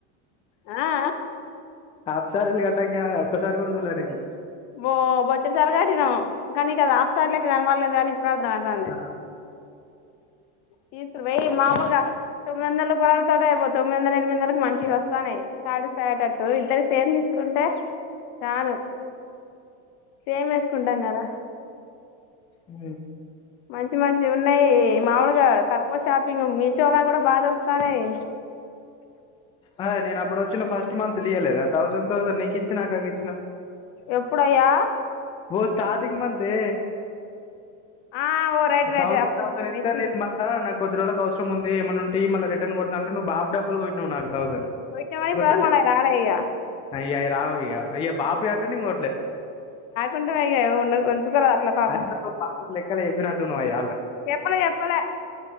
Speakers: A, on the left (about 60°); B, on the left (about 15°).
A: ఆ ఆ
B: హాఫ్ సారీలు గట్టంగా ఒక్కసారి కూడా చూలే నేను
A: ఓ బొచ్చడుసార్లు కటినాం కానీ నీకా ఆఫ్సార్ల్లెక్క కనబడలేదు గానీ ఇప్పుడు అర్థం అయితాంది
B: ఆ
A: తీసురు వెయ్యి మామూలుగా తొమ్మి వందల రూపాయలతోటే అయిపో తొమ్మిది వందల ఎనిమిది వందలకి మంచిగా వస్తానయ్ సాటిస్ఫై అయ్యో టట్టు ఇద్దరి సేమ్ తీస్కుంటే చాలు సేమ్ ఎస్కుంటాం కదా
B: ఉ
A: మంచి మంచి ఉన్నాయి మాములుగా తక్కువ షాపింగ్ మీషో లో కూడా బా దొరుకు తనాయ్
B: అదే నేను అప్పుడు వచ్చిన ఫస్ట్ మంత్ లో ఇయ్యలేదా థౌసండ్ థౌసండ్ నీకు ఇచ్చిన అక్కకిచ్చిన
A: ఎప్పుడయ్యా
B: ఓ స్టార్టింగ్ మంతే
A: ఆ ఓ రైట్ రైట్
B: థౌసండ్
A: అప్పుడు
B: థౌసండ్
A: ఇచ్చిన
B: ఇత్తే
A: ఇచ్చిన
B: నేన్ మల్ల నాక్ కొది రోలకి అవసరం ఉంది ఎమన్న ఉంటే ఇయ్ మళ్ళ రిటర్న్ గొడతా అంటే నువ్వు బాబ్ డబ్బులు కొట్టినావు నాకు థౌసండ్
A: ఇచ్చినవు కానీ ఇప్పటివరకు
B: గుర్తొచ్చిందా
A: మళ్ళ అవి రాలే ఇగ
B: అయి అయి రావు ఇగ బాపయ అంటే నేను కోట్లేదు
A: ఉండవయ్య ఉన్నది కొంచెం ఇంక రాట్లే పాపం
B: అయినా నువ్వు బాపుకి లెక్కలు చెప్పినట్టు నువ్వు అయి
A: ఎప్పుడు చెప్పలె